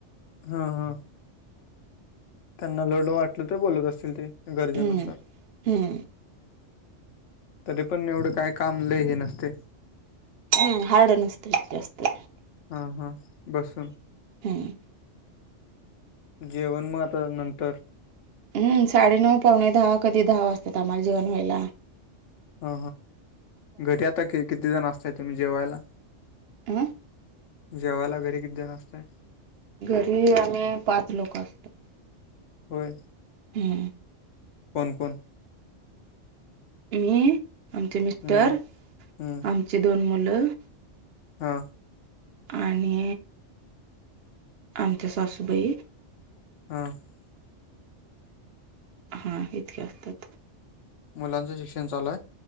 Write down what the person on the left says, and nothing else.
हा हा तेना लोड वाटलं तर, बोलवत असतील ते. गरजेनुसार
तरी पण एवड काय काम, लई हे नसतय
हा हा बसून.
जेवण म आता नंतर
हा घरी आता कित किती जण असताय तुमी जेवायला?
जेवायला घरी किती जन असताय?
होय.
कोण?
हम्म हम्म
हा!
<inaudible>
मुलांचं शिक्षण चालूआय?